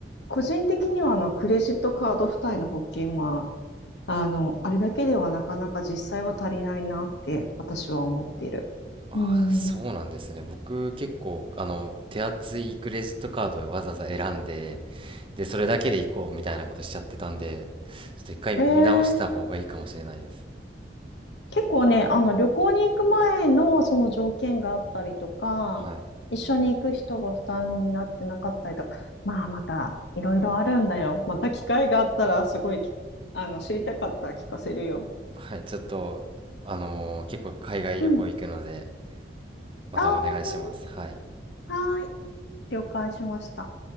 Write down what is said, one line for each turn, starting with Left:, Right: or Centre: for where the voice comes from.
Left: 個人的にはあのクレジットカード付帯の保険は、あの、あれだけではなかなか実際は足りないなって私は思っている。
Right: ああ、
Left: うん。
Right: そうなんですね。僕、結構、あの、手厚いクレジットカードをわざわざ選んで、で、それだけで行こうみたいなことしちゃってたんで、ちょっと一回見直した方がいいかもしれないです。
Left: えー、結構ね、あの旅行に行く前のその条件があったりとか、
Right: はい。
Left: 一緒に行く人が負担になってなかったりとか、まあまたいろいろあるんだよ。また機会があったらすごいき、あの、知りたかったら聞かせるよ。
Right: はい。ちょっと、あのー結構海外旅行行くので、
Left: うん。
Right: またお願いします。
Left: ああ、本当に
Right: はい。
Left: はーい。了解しました。